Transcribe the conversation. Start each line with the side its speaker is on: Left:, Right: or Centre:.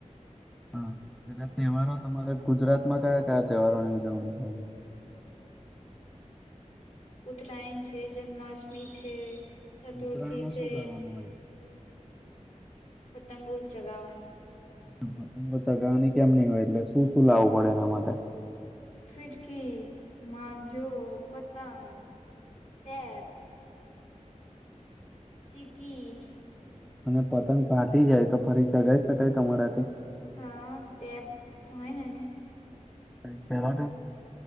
Centre: હા એટલે તહેવારો તમારે ગુજરાત માં કયા કયા તહેવારો ની ઉજવણી થાય છે.
Left: ઉત્તરાયણ છે જન્માષ્ટમી છે ચતુર્થી
Centre: ઉત્તરાયણમાં
Left: છે.
Centre: શું કરવાનું હોય?
Left: પતંગો ચગાવવાની.
Centre: પતંગ તો ચગાવણીની કેમ ની હોય એટલે શું શું લાવવું પડે એના માટે.
Left: ફિરકી, માંજો, પતંગ, ટેપ ચીકી
Centre: અને પતંગ ફાટી જાય તો ફરી ચગાઈ શકાય તમારાથી
Left: હા બ હોયને ન?
Centre: પ છેવા